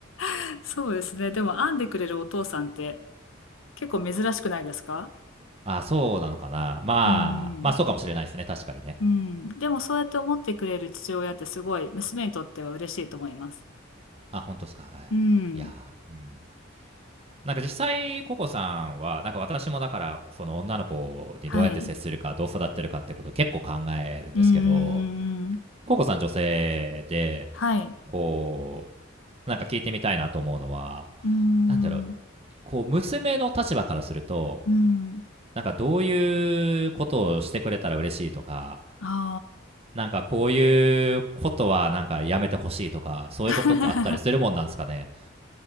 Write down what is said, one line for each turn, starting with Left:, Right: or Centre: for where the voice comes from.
Left: あ、そうですね。でも、編んでくれるお父さんって結構珍しくないですか
Right: あ、そうなのかな。まあ、
Left: うん。
Right: まあ、そうかもしれないですね、確かにね。
Left: うん。でも、そうやって思ってくれる父親ってすごい、娘にとっては嬉しいと思います。
Right: あ、本当ですか。はい。
Left: うん。
Right: いやー、うん。なんか実際、ココさんは、なんか私もだから、その女の子にどうやって接するか、
Left: はい。
Right: どう育てるかってことを結構考えるんですけど、
Left: うんうんうんうん。
Right: ココさん女性で、
Left: はい。
Right: こう、なんか聞いてみたいなと思うのは、
Left: うーん、
Right: なんだろう、こう、娘の立場からすると、
Left: うん、
Right: なんかどういうことをしてくれたら嬉しいとか、
Left: あ
Right: なんかこういうことはなんかやめてほしいとか、そういうことってあったりするもんなんですかね。
Left: あ。<laughs>